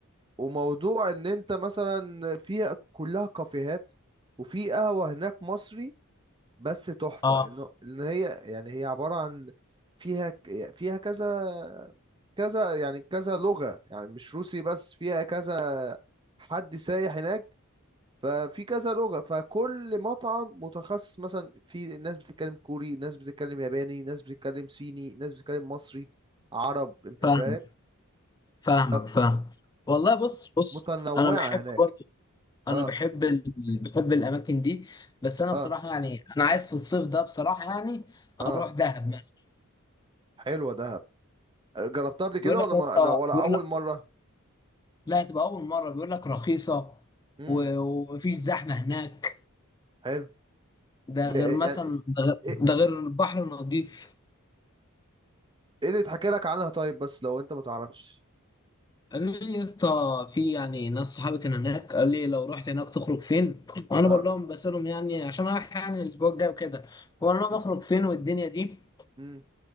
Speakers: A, on the right; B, on the left.
A: وموضوع ان انت مثلا فيها كلها كافيهات وفي قهوة هناك مصري بس تحفة
B: اه
A: انه اه ان هي يعني هي عبارة عن فيها ك- فيها كذا كذا يعني كذا لغة يعني مش روسي بس فيها كذا حد سايح هناك ففي كذا لغة فكل مطعم متخصص مثلا في ناس بتتكلم كوري ناس بتتكلم ياباني ناس بتتكلم صيني ناس بتتكلم مصري عرب انت
B: فاهم
A: فاهم
B: فاهمك
A: اه
B: فاهم والله بص بص
A: فمتنوعة
B: انا بحب
A: هناك
B: برضه انا
A: اه
B: بحب ال... بحب الاماكن دي بس انا
A: اه
B: بصراحه يعني انا عايز في الصيف ده بصراحه يعني
A: اه
B: اروح دهب مثلا
A: حلوة دهب جربتها قبل كده
B: بيقول لك
A: ولا
B: يا
A: ما
B: اسطى
A: لا ولا
B: بيقول
A: أول
B: لك
A: مرة
B: لا هتبقى اول مره بيقول لك رخيصه
A: امم
B: و... ومفيش زحمه هناك
A: حلو
B: ده
A: ب...
B: غير مثلا
A: يعني
B: ده غير, ده
A: ايه
B: غير البحر نظيف
A: إيه اللي اتحكى لك عنها طيب بس لو انت ما تعرفش
B: قال لي يا اسطى في يعني ناس صحابي كان هناك قال لي لو رحت هناك تخرج فين وانا
A: اه
B: بقول لهم بسألهم يعني عشان رايح يعني الاسبوع الجاي وكده بقول لهم
A: حلو.
B: اخرج فين والدنيا دي
A: امم